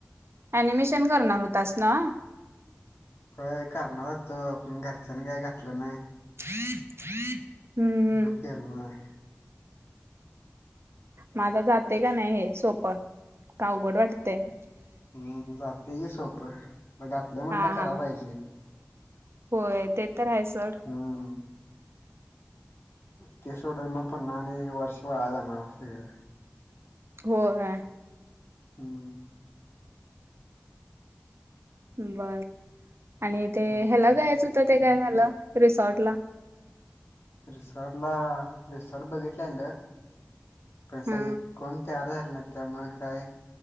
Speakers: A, on the right (about 60°); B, on the left (about 60°).
A: अनिमेशन करणार होतास ना.
B: हो करणार होतो पण घरच्यांनी काय घतलं नाय.
A: हम्म हम्म
B: म केल नाय.
A: माझा जाते का नाही हे सोप का अवघड वाटतेय.
B: हम्म जाते की सोपं म घातलं म्हणलं
A: हा हा
B: कराय पाहिजे.
A: होय ते तर आहे सर.
B: हम्म ते सोडल मग पण आणि आणि वर्ष वाया जाणार असेल.
A: होय.
B: हम्म.
A: बर आणि ते
B: हा
A: ह्याला जायचं होतं ते काय झालं रिसॉर्ट ला.
B: रिसॉर्ट ला रिसॉर्ट बघितलंलं पण स
A: हा
B: कोणत्या. झालं ना त्यामुळे काय